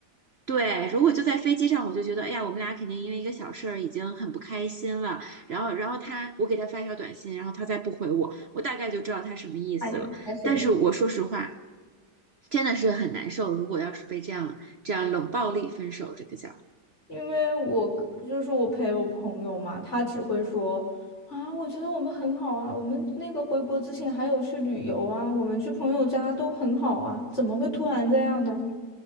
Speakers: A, on the right; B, on the left.
A: 对，如果就在飞机上，我就觉得，哎呀，我们俩肯定因为一个小事儿已经很不开心了。然后，然后他，我给他发一条短信，然后他再不回我，我大概就知道他什么意思了。
B: 看你的选择？
A: 但是我说实话，真的是很难受。如果要是被这样这样冷暴力分手，这个叫。
B: 因为我跟就是我陪我朋友嘛，他只会说啊，我觉得我们很好啊，我们那个回国之前还有去旅游啊，我们去朋友家都很好啊，怎么会突然这样呢？